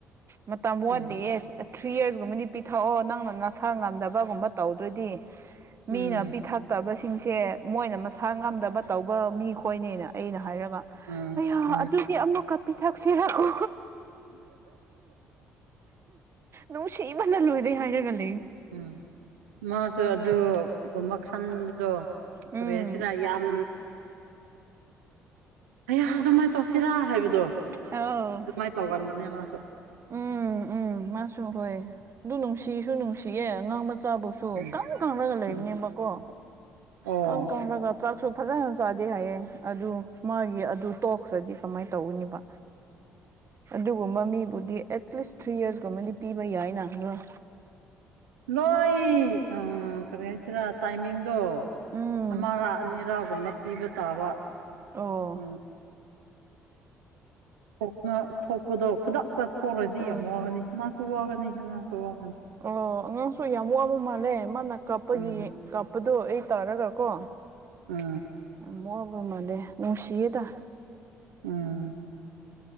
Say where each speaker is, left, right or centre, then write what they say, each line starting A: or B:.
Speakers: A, on the right; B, on the right.
A: ꯃꯇꯝ
B: ꯎꯝ
A: ꯋꯥꯠꯂꯤꯌꯦ ꯊ꯭ꯔꯤ ꯌꯔꯁꯀꯨꯝꯕꯅꯤ ꯄꯤꯊꯛꯑꯣ ꯅꯪꯅ ꯅꯁꯥ ꯉꯝꯗꯕꯒꯨꯝꯕ ꯇꯧꯗꯣꯏꯗꯤ
B: ꯎꯝ
A: ꯃꯤꯅ ꯄꯤꯊꯛꯇꯕꯁꯤ ꯁꯤꯡꯁꯦ ꯃꯣꯏꯅ ꯃꯁꯥ ꯉꯝꯗꯕ ꯇꯧꯕ ꯃꯤ ꯈꯣꯏꯅꯦꯅ ꯑꯩꯅ ꯍꯥꯏꯔ
B: ꯎꯝ
A: ꯑꯩꯍ
B: ꯎꯝ
A: ꯑꯗꯨꯗꯤ ꯑꯃꯨꯛꯀ ꯄꯤꯊꯛꯁꯤꯔꯑꯣ ꯅꯨꯡ ꯁꯤꯕꯅꯜꯂꯣꯏꯗꯔꯦ ꯍꯥꯏꯔꯒꯜꯂꯤ
B: ꯎꯝ ꯃꯥꯁ ꯑꯗꯨ ꯑꯗꯨ ꯀꯃ ꯈꯟꯕꯗꯣ
A: ꯎꯝ
B: ꯀꯔꯤ ꯍꯥꯏꯁꯤꯔꯥ ꯌꯥꯝ ꯑꯌꯥ ꯑꯗꯨꯃꯥꯏꯅ ꯇꯧꯁꯤꯔꯥ ꯍꯥꯏꯕꯗꯣ
A: ꯑꯧ
B: ꯑꯗꯨꯃꯥꯏꯅ ꯇꯧꯒꯗꯅꯦ ꯃꯥꯁꯨ
A: ꯎꯝ ꯎꯝ ꯃꯥꯁꯨ ꯍꯣꯏ ꯑꯗꯨ ꯅꯨꯡꯁꯤꯁꯨ ꯅꯨꯡꯁꯤꯌꯦꯦ ꯉꯥꯡꯕ ꯃꯆꯥꯕꯨꯧꯁꯨ
B: ꯎꯝ
A: ꯀ ꯀꯪꯅꯒ ꯂꯩꯕꯅꯦꯕꯀꯣ
B: ꯎꯝ ꯑꯣ
A: ꯀ ꯀꯪꯔꯒ ꯆꯥꯛꯁꯨ ꯐꯖꯅ ꯆꯥꯗꯦ ꯍꯥꯏꯌꯦꯦ ꯑꯗꯨ ꯃꯥꯒꯤ ꯑꯗꯨ ꯇꯣꯛꯈ꯭ꯔꯗꯤ ꯀꯃꯥꯏꯅ ꯇꯧꯋꯤꯅꯤꯕ
B: ꯎ
A: ꯑꯗꯨꯒꯨꯝꯕ ꯃꯤꯕꯨꯗꯤ ꯑꯦꯠꯂꯤꯁ ꯊ꯭ꯔꯤ ꯌꯔꯁꯀꯨꯝꯕꯗꯤ ꯄꯤꯕ ꯌꯥꯏꯅ ꯅꯣꯏ
B: ꯅꯣꯏ ꯑ ꯀꯩꯅ ꯍꯥꯏꯁꯤꯔ ꯇꯥꯏꯃꯤꯡꯗꯣ
A: ꯎꯝ
B: ꯑꯃꯔꯥ ꯑꯅꯤꯔꯥꯒꯨꯝꯕ ꯄꯤꯕ ꯇꯥꯕ
A: ꯑꯣ
B: ꯎꯝ ꯊꯣꯛꯅ ꯊꯣꯛꯄꯗꯣ ꯈꯨꯗꯛꯇ ꯊꯣꯛꯈꯗꯤ
A: ꯎꯝ
B: ꯌꯥꯝ ꯋꯥꯒꯅꯤ ꯃꯥꯁꯨ ꯋꯥꯒꯅꯤ ꯑꯉꯥꯡꯁꯨ ꯋꯥꯅꯤ
A: ꯑꯣ ꯑꯉꯥꯡꯁꯨ ꯌꯥꯝ ꯋꯥꯕ ꯃꯥꯜꯂꯦ ꯃꯥꯅ ꯀꯥꯞꯄꯒꯤ
B: ꯎꯝ
A: ꯀꯥꯞꯄꯗꯣ ꯑꯩ ꯇꯥꯔꯒ ꯀꯣ
B: ꯎ
A: ꯑꯃꯣꯕ ꯃꯅꯦ ꯅꯅꯨꯡꯁꯤꯤꯗ
B: ꯎꯝ